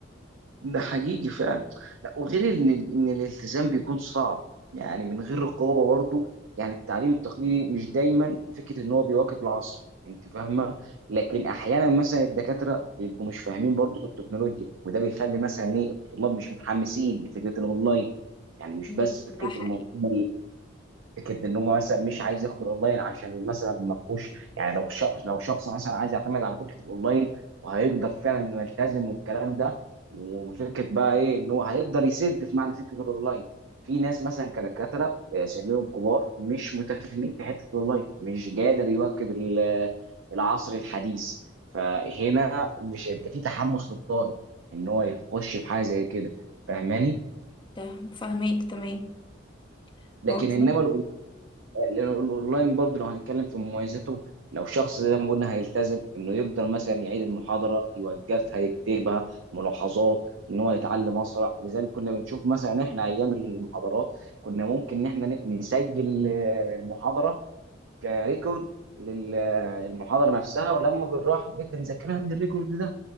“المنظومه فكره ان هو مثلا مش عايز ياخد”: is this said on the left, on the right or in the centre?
Right